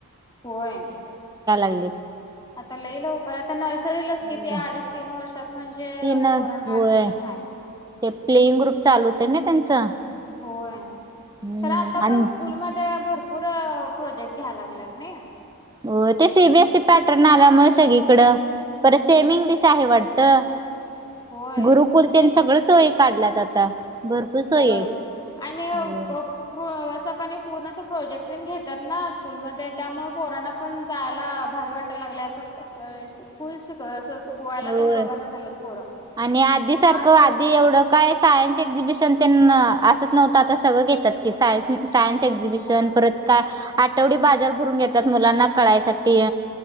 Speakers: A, on the left (about 20°); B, on the right (about 15°).
A: ह होय
B: लागलेत.
A: आता लई लवकर आता नर्सरीलाच
B: हो
A: किती अडीच तीन वर्षात म्हणजे
B: तीन होय
A: पोरांना ऍडमिशन आहे.
B: ते प्लेइंग ग्रुप चालू होते ना त्यांचं.
A: होय
B: हम्म
A: खरं आता
B: आणि
A: पण स्कूल मध्ये भर पुर प्रोजेक्ट घ्या लागलात नाही.
B: हो ते सी बी एसी पॅटर्न आल्यामुळे सगळीकडं. तर सेमी इंग्लिश आहे वाटतं
A: होय
B: गुरुकुलतेन
A: सेम
B: सगळं सोय काढल्यात आता. भरपूर सोयी
A: होय
B: आहेत.
A: आणि अव
B: हो.
A: पप प्रू असं क नी पूर्ण असं प्रोजेक्ट तेन घेतात ना स्कूलमध्ये त्यामुळे पोरांना पण जायला भारी वाटायला लागल्या असं कसं शै स्कूल शिक असं चू पोवायला
B: होय.
A: तर बघानं चाललेत पोरा
B: आणि आधी सारखं
A: आज
B: आधी एवढं काय सायन्स एक्झिबिशन त्यांना असत नव्हतं आता सगळं घेतात की सायस नी सायन्स एक्झिबिशन
A: होय
B: परत काय आठवडी बाजार भरून घेतात मुलांना कळायसाठी.